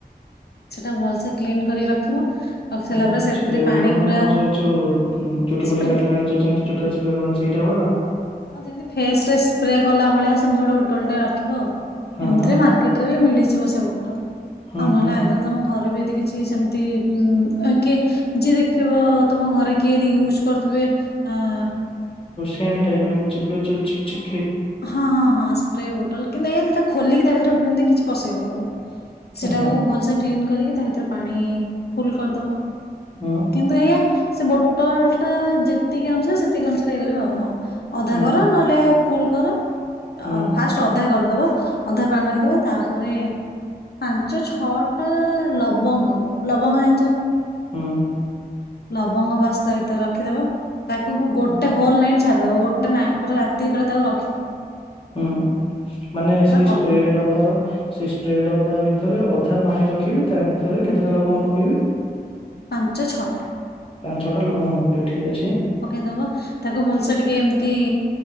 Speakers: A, on the left; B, on the left.
A: ସେଟା ଭଲସେ କ୍ଲିନ କରି ରଖିବ। ରଖି ସାରିଲା
B: ହଁ
A: ପରେ ସେଥିରେ
B: ସ୍ପ୍ରେ ବୋଟଲ
A: ପାଣି
B: ମାନେ
A: ପୁରା
B: ଆମର ଯୋଉ ଏଉ ଚୁଟି
A: ସ୍ପ୍ରେ
B: ଫୁଟି କାଟିଲା ବେଳେ ଯୋଉ ଯେମିତି ଚୁଟିରେ ସ୍ପ୍ରେ କରନ୍ତି ସେଇଟା ଗୁଡା ତ
A: ହଁ ଯେମିତି ଫେସ ରେ ସ୍ପ୍ରେ କଲା ଭଳିଆ। ସେମତି ଗୋଟେ ବୋଟଲ ଟା ରଖିବ ଆଉ
B: ହଁ
A: ଏମିତିରେ
B: ହଁ
A: ମାର୍କେଟ ରେ ବି ମିଳିଯିବ ସେ ବୋଟଲ ଆଉ
B: ହୁଁ
A: ନହେଲେ
B: ହୁଁ।
A: ଆଇଦର ତମ ଘରେ ବିି କିଛି ସେମିତି ହୁଁ କିଏ ଯିଏ ଦେଖିବ ତମ ଘରେ କିଏ ଯଦି ୟୁଜ୍ କରୁଥିବେ ଆଁ।
B: ଏମଟା ଟାଇପ୍ ର ଚିପିଲେ ଯୋଉଁ ଚିପ ଚିପ
A: ହଁ ହଁ ହଁ ସ୍ପ୍ରେ ବୋଟଲ କିନ୍ତୁ ଏ ଏଟା ଖୋଲିକି ତା ଭିତରେ ପୁରେଇ କିଛି। ପସେଇ ହେବ। ସେଇଟାକୁ
B: ଆଚ୍ଛା
A: ଭଲସେ କ୍ଲିନ କରିକି ତା ଭିତରେ ପାଣି ଫୁଲ କରିଦବ।
B: ହୁଁ
A: କିନ୍ତୁ ଏୟା। ସେ ବୋଟଲଟା ଯେତିକି ଅନୁସାରେ ସେତିକି ଅନୁସାରେ କରିବ ଆଉ ହଁ। ଅଧା
B: ହୁଁ
A: କର ନହେଲେ ଫୁଲ କର
B: ହୁଁ
A: ଆ ଫାଷ୍ଟ ଅଧା କରିଦବ। ଅଧା ପାଣି ରଖିଦବା ତାପରେ ପାଞ୍ଚ ଛଅ ଟା ଲବଙ୍ଗ ଲବଙ୍ଗ ଜାଣିଛ।
B: ହଁ
A: ଲବଙ୍ଗ ତା ଭିତରେ ରଖିଦେବ। ତାକୁ ଗୋଟେ
B: ହୁଁ
A: ହୋଲ ନାଇଟ୍। ଛାଡ଼ିଦବ ଗୋଟେ ନାଇଁ ପୁରା ରାତି ପୁରା ତାକୁ ରଖିବ।
B: ହୁଁ ମାନେ ସେଇ
A: କଲର
B: ସ୍ପ୍ରେ ଡବାର ସେ ସ୍ପ୍ରେ ଡବା ଭିତରେ ଅଧା ପାଣି ରଖ। ରଖିବି ତା ଭି ତାଠାରେ
A: ହୁଁ
B: କେତେଟା ଲବଙ୍ଗ ପକେଇବି।
A: ପାଞ୍ଚ ଛଅଟା।
B: ଛଟା ଲଙ୍ଗବକ ଠିକ ଅଛି।
A: ପକେଇଦବା ତାକୁ ଭଲସେ ଟିକେ ଏମତି।